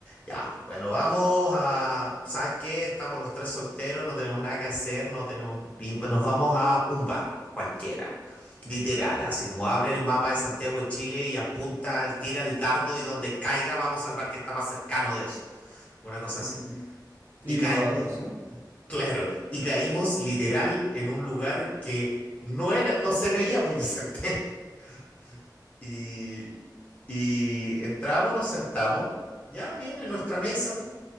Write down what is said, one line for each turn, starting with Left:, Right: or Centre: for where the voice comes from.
Left: ya, bueno, vamos a, ¿sabes qué? Estamos los tres solteros, no tenemos nada que hacer, no tenemos, y nos vamos a un bar cualquiera. Literal, así como abre el mapa de Santiago de Chile y apunta, tira el dardo y donde caiga vamos al bar que está más cercano de eso. Una cosa
Right: ujú.
Left: así.
Right: Innovadores,
Left: Y cae, eh,
Right: ¿eh?
Left: claro, y caímos literal en un lugar que no era, no se veía muy decente. <laughs> Y, y entramos, nos sentamos, ya viene nuestra mesa,